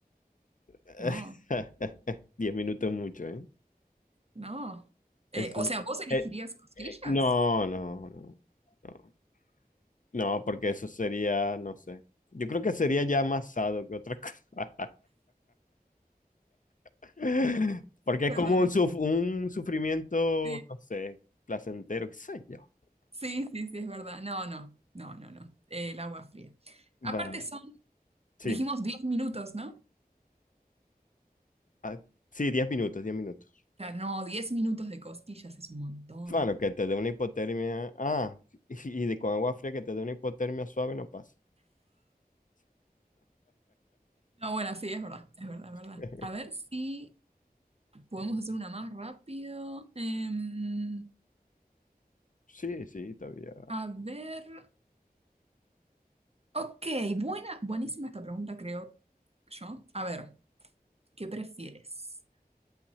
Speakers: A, on the left; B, on the right.
A: <laughs>
B: no,
A: Diez minutos mucho, ¿eh?
B: no.
A: Eso-
B: Eh, o sea, ¿vos elegirías
A: eh,
B: cosquillas?
A: eh, no, no, no, no. No, porque eso sería, no sé. Yo creo que sería ya más sado que otra cosa. <laughs> Porque
B: Es ¿Verdad?
A: es como un, suf- un sufrimiento,
B: Sí.
A: no sé, placentero, qué sé yo.
B: Sí, sí, sí, es verdad. No, no, no, no, no. Eh, El agua fría.
A: Bueno,
B: Aparte son,
A: sí.
B: dijimos diez minutos, ¿no? O
A: Ah, sí, diez minutos, diez minutos.
B: sea, no, 10 minutos de costillas es un montón.
A: Bueno, que te dé una hipotermia. Ah, y, y de con agua fría que te dé una hipotermia suave no pasa.
B: No, bueno, sí, es verdad, es verdad, es verdad.
A: <laughs>
B: A ver si podemos hacer una más rápido. Em,
A: Sí, sí, todavía.
B: a ver. Ok, buena, buenísima esta pregunta, creo yo. A ver, ¿qué prefieres?